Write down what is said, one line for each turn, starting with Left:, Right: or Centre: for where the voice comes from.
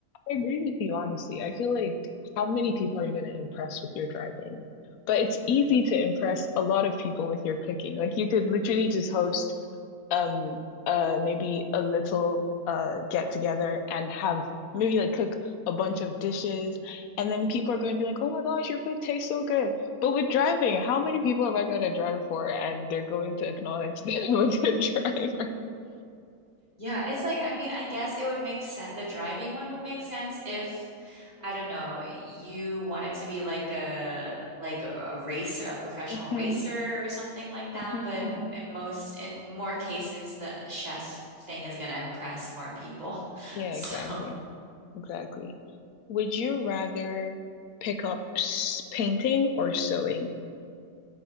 Left: I agree with you, honestly. I feel like how many people are you going to impress with your driving? But it's easy to impress a lot of people with your cooking. Like you could literally just host um uh maybe a little uh get together and have maybe like cook a bunch of dishes and then people are going to be like oh my gosh your food tastes so good but with driving how many people am I going to drive for and they're going to acknowledge that I'm a good <laughs> driver
Right: Yeah, it's like, I mean, I guess it would make sense. The driving one would make sense if, I don't know, you wanted to be like a like a racer, a professional
Left: hmm
Right: racer or something like that.
Left: hmm
Right: But
Left: hmm
Right: m- in most, in more cases, the chef thing is gonna impress more people. <laughs>
Left: yeah
Right: So,
Left: exactly exactly would you rather pick up s- painting or sewing